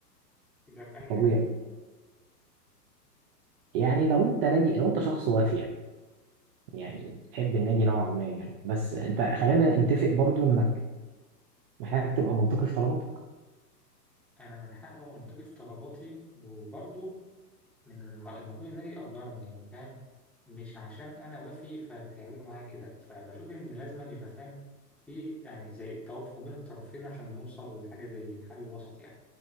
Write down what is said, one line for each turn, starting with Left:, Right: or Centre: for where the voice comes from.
Centre: يبقى في انهي
Right: طبيعي
Centre: حالة
Right: يعني لو انت نادي لو انت شخص وافي يعني بتحب النادي نوعا ما يعني بس انت خلينا نتفق برضو انك محتاج تبقى منطقي في طلباتك
Centre: انا من حق ابقى منطقي في طلباتي وبرضه من الم- المفروض النادي يقدرني يعني فاهم مش عشان انا وافي فتعملوا معايا كده فبشوف ان لازم يبقى فاهم في يعني زي توافق بين الطرفين عشان نوصل لحاجه زي حل وسط يعني